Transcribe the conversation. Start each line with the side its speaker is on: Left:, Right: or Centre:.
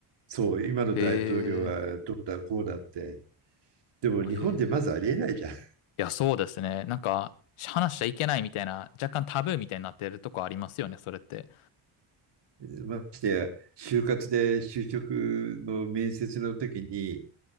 Right: そう、今の大統領はどうだこうだって。
Left: へえ。
Right: でも日本でまずありえないじゃん。
Left: へえ。いや、そうですね。なんか、話しちゃいけないみたいな、若干タブーみたいになってるとこありますよね、それって。
Right: <laughs> ましてや、就活で就職の面接の時に、